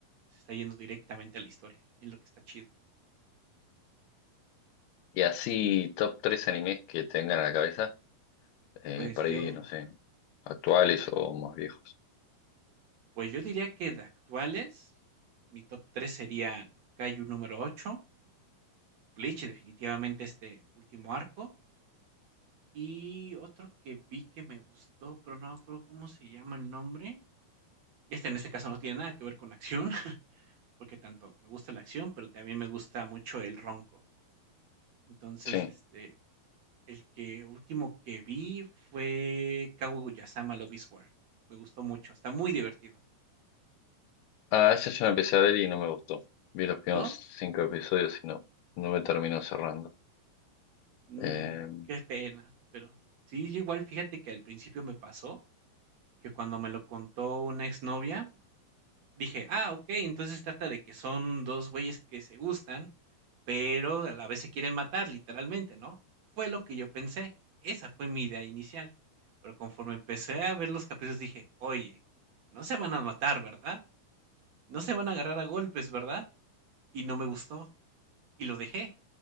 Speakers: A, on the right; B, on the left.
A: Se está yendo directamente a la historia y es lo que está chido.
B: Y así, top 3 animes que tengan a la cabeza, eh,
A: Pues
B: por
A: yo,
B: ahí, no sé, actuales
A: ajá,
B: o más viejos.
A: pues yo diría que de actuales, mi top 3 serían Kaiju número ocho Bleach definitivamente este último arco y otro que vi que me gustó, pero no me acuerdo cómo se llama el nombre. Este en este caso no tiene nada que ver con acción, <laughs> porque tanto me gusta la acción, pero también me gusta mucho el ronco. Entonces,
B: Sí.
A: este, el que último que vi fue Kaguya-sama Love is War. Me gustó mucho, está muy divertido,
B: Ah, ese yo lo empecé a ver y no me gustó. Vi los primeros
A: ¿no?
B: 5 episodios y no, no me terminó cerrando.
A: Mm,
B: Eh,
A: qué pena, pero sí, igual fíjate que al principio me pasó que cuando me lo contó una exnovia, Dije: "Ah, okey, entonces trata de que son 2 güeyes que se gustan, pero a la vez se quieren matar", literalmente, ¿no? Fue lo que yo pensé, esa fue mi idea inicial, pero conforme empecé a ver los capítulos dije: "Oye, no se van a matar, ¿verdad? No se van a agarrar a golpes, ¿verdad?". Y no me gustó y lo dejé.